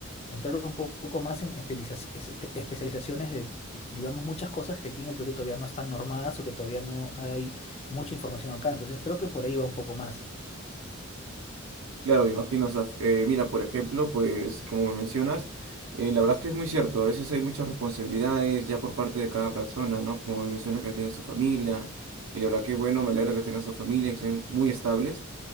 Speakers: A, on the left; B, on the right.
A: entrar un poco más en espelizaci- espe- especializaciones de, digamos, muchas cosas que aquí en el Perú todavía no están normadas o que todavía no hay mucha información acá. Entonces creo que por ahí va un poco más.
B: Claro, me imagino, Saf. Eh, mira, por ejemplo, pues como me mencionas, eh, la verdad es que es muy cierto, a veces hay muchas responsabilidades ya por parte de cada persona, ¿no? Como me mencionas que tienes tu familia, y la verdad que bueno, me alegra que tengas tu familia, y que estén muy estables.